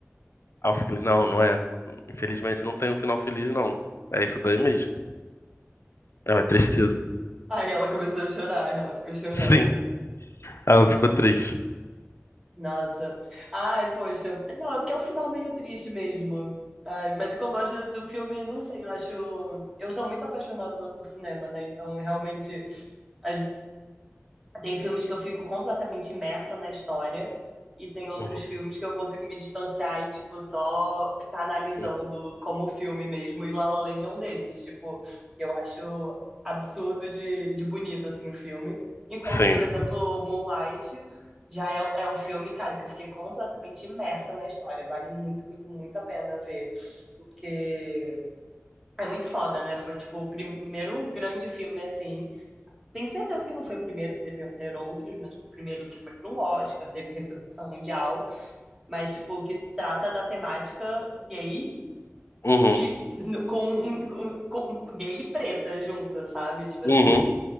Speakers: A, on the left; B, in the centre.
A: Aí eu falei: Não, não é. Infelizmente não tem um final feliz, não. É isso daí mesmo. É uma tristeza.
B: Aí ela começou a chorar, ela ficou chorando.
A: Sim, ela ficou triste.
B: Nossa. Ai, poxa. Não, é porque é um final meio triste mesmo. Ai, mas o que eu gosto desse- do filme, não sei, eu acho. Eu sou muito apaixonada por cinema, né? Então, realmente. as- Tem filmes que eu fico completamente imersa na história e tem outros
A: Uhum,
B: filmes que eu consigo me distanciar e, tipo, só ficar analisando
A: uhum.
B: como filme mesmo. E La La Land é um desses, tipo, eu acho absurdo de, de bonito, assim, o filme. Enquanto,
A: Sim.
B: por exemplo, Moonlight já é, é um filme, cara, que eu fiquei completamente imersa na história. Vale muito, muito, muito a pena ver. Porque é muito foda, né? Foi, tipo, o primeiro grande filme, assim, tenho certeza que não foi o primeiro, que deviam ter outros, mas foi o primeiro que foi para um Oscar, teve repercussão mundial, mas, tipo, que trata da temática gay
A: Uhum,
B: e no- com, um, com, com gay e preta junta, sabe? Tipo
A: uhum.
B: assim,